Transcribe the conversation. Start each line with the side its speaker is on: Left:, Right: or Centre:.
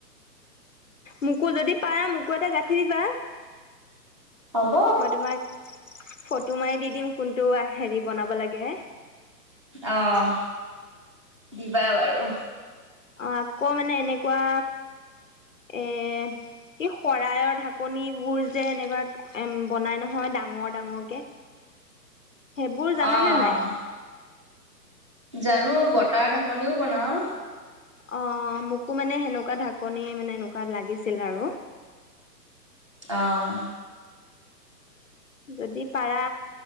Left: মোকো যদি পাৰ, মোকো এটা গাঁঠি দিবা,
Right: হ'ব।
Left: মই তোমাক ফটো মাৰি দি দিম কোনটো আ, হেৰি বনাব লাগে।
Right: অহ দিবা বাৰু।
Left: অহ' আকৌ মানে এনেকুৱা এহ এই শৰাইয়ৰ ঢাকনিবোৰ যে, এনেকুৱা এম বনাই নহয় ডাঙৰ, ডাঙৰকে, সেইবোৰ জানানে
Right: অ', অ',
Left: নাই?
Right: জানো বতাৰ ঢাকনিও বনাওঁ।
Left: অ', ' মোকো মানে সেনেকুৱা ঢাকনি মানে, এনেকুৱা লাগিছিল আৰু।
Right: অহ।
Left: যদি পাৰা